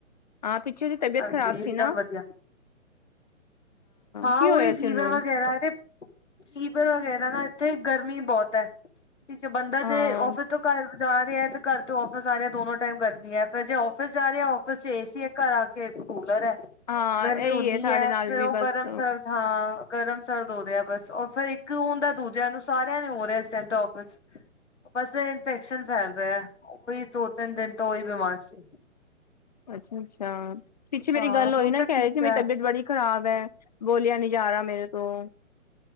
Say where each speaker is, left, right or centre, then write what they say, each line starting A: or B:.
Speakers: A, on the left; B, on the left.
A: ਆ, ਪਿੱਛੇ ਉਹਦੀ ਤਬੀਅਤ
B: ਹਾਂਜੀ
A: ਖ਼ਰਾਬ ਸੀ
B: ਇਕਦਮ
A: ਨਾ?
B: ਵਧੀਆ ਹਾਂ,
A: ਕੀ
B: ਉਹੀ
A: ਹੋਇਆ
B: ਫੀਵਰ
A: ਸੀ ਉਹਨੂੰ
B: ਵਗੈਰਾ ਤੇ ਫੀਵਰ ਵਗੈਰਾ ਨਾ ਇੱਥੇ ਗਰਮੀ ਬਹੁਤ ਐ, ਠੀਕ ਐ ਬੰਦਾ
A: ਹਾਂ
B: ਜੇ ਓਫਿਸ ਤੋਂ ਘਰ ਜਾ ਰਿਹਾ, ਤੇ ਘਰ ਤੋਂ ਔਫਸ ਆ ਰਿਹਾ ਦੋਨੋ ਟਾਈਮ ਗਰਮੀ ਐ, ਜੇ ਔ ਫਿਸ ਜਾ ਰਿਆ, ਔਫਿਸ'ਚ ਏਸੀ ਏ, ਘਰ ਆਕੇ ਕੂਲਰ ਐ।
A: ਹਾਂ,
B: ਗਰਮੀ
A: ਇਹੀ
B: ਓਨੀ
A: ਏ ਸਾਡੇ ਨਾਲ
B: ਫੇਰ
A: ਵੀ
B: ਉਹ
A: ਬਸ।
B: ਗਰਮ ਸਰਦ ਹਾਂ, ਗਰਮ-ਸਰਦ ਹੋ ਰਿਆ ਬਸ, ਓ ਫਿਰ ਇੱਕ ਹੁੰਦਾ ਦੂਜਿਆਂ ਨੂੰ ਸਾਰਿਆਂ ਨੂੰ ਹੋ ਰਿਹਾ ਇਸ ਟਾਈਮ ਤੇ ਔਫਸ।
A: ਹ <inaudible>
B: ਬਸ ਫੇਰ ਇਨਫੈਕਸ਼ਨ ਫੈਲ ਰਿਹਾ, ਉਹੀ ਦੋ-ਤਿੰਨ ਦਿਨ ਤੋਂ ਉਹੀ ਬਿਮਾਰ ਸੀ।
A: ਅੱਛਾ-ਅੱਛਾ, ਪਿੱਛੇ ਮੇਰੀ
B: ਹਾਂ
A: ਗੱਲ ਹੋਈ
B: ਹੁਣ
A: ਨਾ
B: ਤਾਂ
A: ਕਹਿ
B: ਠੀਕ
A: ਰਹੇ ਸੀ
B: ਹੈ
A: ਮੇਰੀ ਤਬੀਅਤ ਬੜੀ ਖ਼ਰਾਬ ਐ, ਬੋਲਿਆ ਨੀ ਜਾਰਾ ਮੇਰੇ ਤੋਂ।